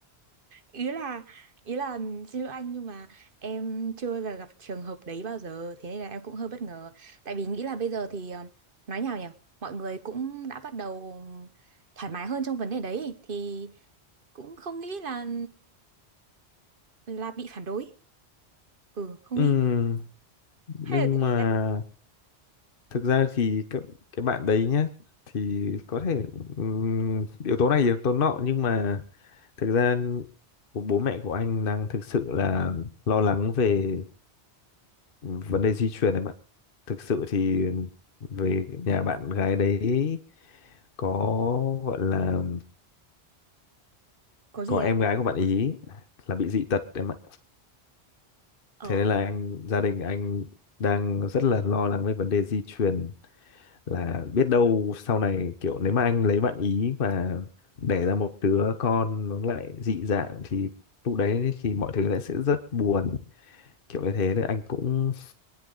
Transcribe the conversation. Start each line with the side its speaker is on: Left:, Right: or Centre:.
Right: ý là ý là xin lỗi anh nhưng mà em chưa là gặp trường hợp đấy bao giờ thế nên là em cũng hơi bất ngờ tại vì nghĩ là bây giờ thì ờ, nói nhào nhỉ mọi người cũng đã bắt đầu thoải mái hơn trong vấn đề đấy thì cũng không nghĩ là là bị phản đối ừ không
Left: Ừm,
Right: nghĩ
Left: nhưng
Right: hay là tùy
Left: mà thực ra thì cái, cái bạn đấy nhá thì có thể ừm, yếu tố này yếu tố nọ nhưng mà thực ra của bố mẹ của anh đang thực sự là lo lắng về vấn đề di truyền em ạ thực sự thì về nhà bạn gái đấy có gọi là
Right: có gì
Left: có em gái của bạn ý là bị dị tật em ạ
Right: anh
Left: thế nên là anh gia đình anh đang rất là lo lắng về vấn đề di truyền là biết đâu sau này kiểu nếu mà anh lấy bạn ý và đẻ ra một đứa con nó lại dị dạng thì lúc đấy thì mọi thứ lại sẽ rất buồn kiểu như thế nên anh cũng